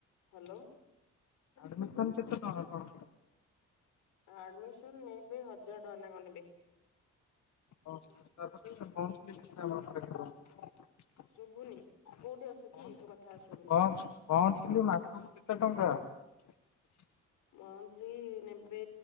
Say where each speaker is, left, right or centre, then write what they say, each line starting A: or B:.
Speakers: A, on the left; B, on the left.
A: ହାଲୋ।
B: ଆଡମିସନ୍ କେତେ ଟଙ୍କା କଣ?
A: ଆଡମିସନ୍ ନେବେ, ହଜାର ଟଙ୍କା ନାଖେ ନେବେ?
B: ଓ <unintelligible> <unintelligible> ମନ୍ଥଲି
A: ଶୁଭୁନି ତୁ କୋଉଠି ଅଛୁ କି ତୋ କଥା ଶୁଭୁନି।
B: ମାସକୁ କେତେ ଟଙ୍କା? <unintelligible>
A: ମନ୍ଥଲି ନେବେ